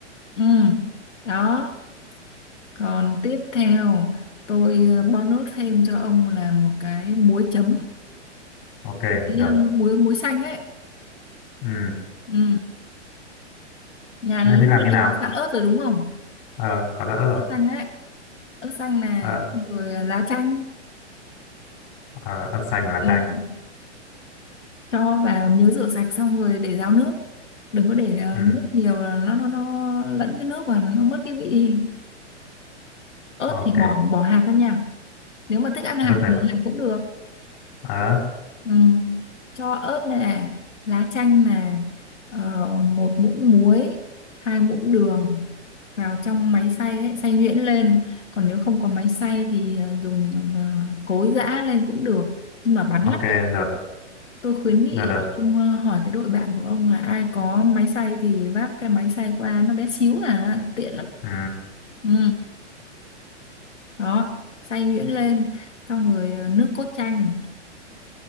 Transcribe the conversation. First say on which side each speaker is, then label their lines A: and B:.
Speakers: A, on the left; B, on the left.
A: ừ đó còn tiếp theo tôi ờ, bonus thêm cho ông là một cái muối chấm
B: ok
A: muối
B: được
A: ờ, muối muối xanh ấy
B: ừ.
A: ừ nhà
B: thế thì
A: lúc
B: làm
A: nãy
B: như
A: đã
B: nào
A: có sẵn ớt rồi đúng không
B: ờ có giã ớt rồi
A: ớt xanh ấy ớt xanh này
B: ờ
A: rồi ờ, lá chanh
B: ờ, ớt xanh và lá
A: Ừ,
B: chanh
A: cho vào nhớ rửa sạch xong rồi để ráo nước đừng có để ờ,
B: ừ.
A: nước nhiều là nó nó nó lẫn cái nước và nó, nó mất cái vị đi ớt
B: ok
A: thì bỏ bỏ hạt ra nha nếu mà thích ăn
B: ớt
A: hạt
B: phải
A: thì hạt cũng được
B: ờ
A: ừ. cho ớt nè lá chanh nè ờ, một muỗng muối hai muỗng đường vào trong máy xay ấy, xay nhuyễn lên còn nếu không có máy xay thì ờ, dùng ờ, cối giã lên cũng được nhưng mà bắn
B: ok
A: lắm
B: được
A: Tôi khuyến nghị
B: được
A: là
B: được
A: ông ờ, hỏi cái đội bạn của ông là ai có máy xay thì vác cái máy xay qua nó bé xíu à, tiện lắm.
B: Ừ,
A: Ừ, đó, xay nhuyễn lên, xong rồi ờ, nước cốt chanh,